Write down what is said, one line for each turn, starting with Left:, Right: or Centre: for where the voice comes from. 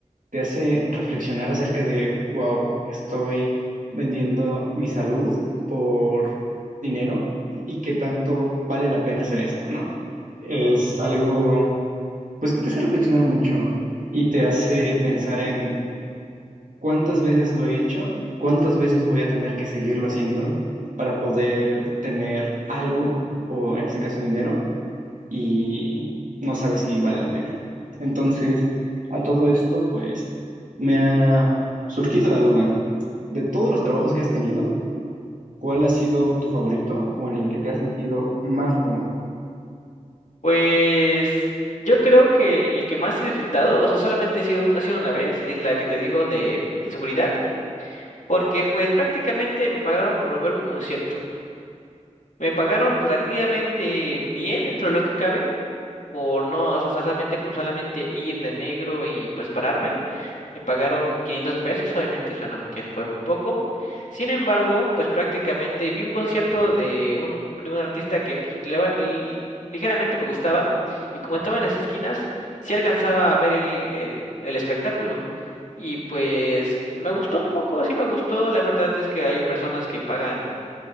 Right: te hace reflexionar acerca de, wow, estoy vendiendo mi salud por dinero y qué tanto vale la pena hacer esto, ¿no? Es algo, pues que te hace reflexionar mucho y te hace pensar en cuántas veces lo he hecho y cuántas veces voy a tener que seguirlo haciendo para poder tener algo, o en este caso dinero, y no sabes si vale la pena. Entonces, a todo esto, pues, me ha surgido la duda, de todos los trabajos que has tenido, ¿cuál ha sido tu favorito o en el que te has sentido más cómodo?
Left: Pues yo creo que el que más he disfrutado, o sea, solamente ha sido, ha sido una vez, y es la que te digo de, de seguridad, porque pues prácticamente me pagaron por ver un concierto. Me pagaron relativamente bien dentro de lo que cabe, por no, o sea, solamente por solamente ir de negro y pues pararme. Me pagaron 500 pesos, obviamente suena mu- que fue muy poco. Sin embargo, pues prácticamente vi un concierto de un, de un artista que pues, le va- li- ligeramente me gustaba y como estaba en las esquinas, sí alcanzaba a ver el, el, el espectáculo. Y pues me gustó un poco, sí me gustó. La verdad es que hay personas que pagan,